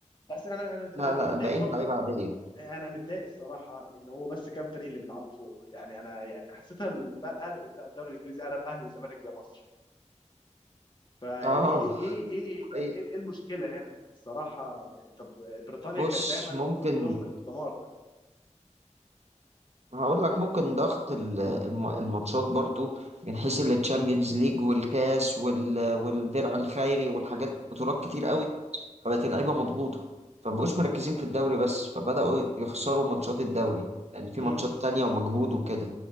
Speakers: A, on the left; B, on the right.
A: بس انا انا
B: لا
A: انا متضايق
B: لا الباقيين
A: برضو
B: لعيبة عادية
A: انا متضايق الصراحه ان هو بس كام فريق اللي بيلعبوا فوق يعني انا يعني حسيتها ال- بقى قلبت بقى الدوري الانجليزي قلب اهلي وزمالك زي مصر فيعني
B: اه
A: ايه ايه ايه يعني
B: أي
A: ايه إيه المشكله هنا يعني الصراحه يعني، طب بريطانيا
B: بص
A: كانت دايما
B: ممكن
A: عندهم الدمار ده
B: هقول لك ممكن ضغط ال- الم- الماتشات برضو من حيث التشامبيونز ليج والكاس وال- والدرع الخيري والحاجات بطولات كتير قوي فبقت اللعيبه مضغوطه فمبقوش
A: امم
B: مركزين في الدوري بس فبداوا يخسروا ماتشات الدوري لان في
A: امم
B: ماتشات تانية ومجهود وكده